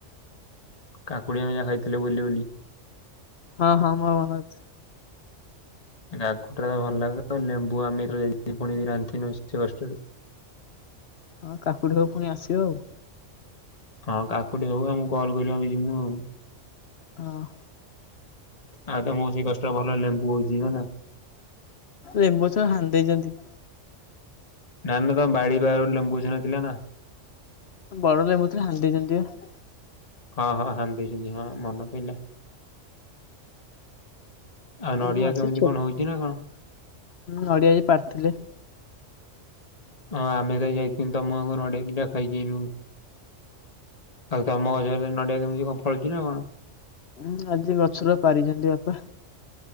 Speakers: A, on the left; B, on the left.
A: କାକୁଡି ଆମେ ଯୋଉ ଖାଇଥିଲୁ ବୁଲି ବୁଲି।
B: ହଁ ହଁ ମୋର ମନଅଛି।
A: ରାଗ ଟା ତ ଭଲ ଲାଗେ ଲେମ୍ବୁ ଆମେ ଏଥର ଯାଇକି ପୁଣି ରାନ୍ଧିନୁ ଏତେ କଷ୍ଟରେ।
B: ହଁ କାକୁଡି ତକ ପୁଣି ଆସିବ ଆଉ।
A: ହଁ କାକୁଡ଼ି ହବ ଆମକୁ କଲ୍ କରିମୁ ଆମେ ଯିବୁ ଆଉ।
B: ହଁ।
A: ଆଉ ତମ ସେଇ ଗଛରେ ଭଲ ଲେମ୍ବୁ ହଉଛି ନା ନା।
B: ଲେମ୍ବୁ ଗଛ ହାଣି ଦେଇେଇଛନ୍ତି।
A: ନା ନା ତମ ବାଡି ବାଗରେ ଗୋଟେ ଲେମ୍ବୁ ଗଛଟେ ଥିଲା ନା।
B: ବଡ ଲେମ୍ବୁ ଥିଲା ହାଣି ଦେଇଛନ୍ତି ବା।
A: ହଁ ହଁ ହାଣି ଦେଇଛନ୍ତି ହଁ ମନ ପଇଲା। ଆଉ ନଡିଆ
B: ହୁଁ ଅଛି
A: କେମିତି
B: ଛୋ
A: କଣ ହଉଛି ନା କଣ?
B: ନଡିଆ ଆଜି ପାରିଥିଲେ
A: ହଁ ଆମେ ତ ଯାଇଥିନୁ ତମ ଘରଆଡେ ନଡେଇଟା ଖାଇକିନୁ। ଆଉ ତମ ଗଛରେ ନଡିଆ କେମିତି କଣ ଫଳିଛି ନା କଣ?
B: ହୁଁ ଆଜି ଗଛରୁ ପାରିଛନ୍ତି ବାପା।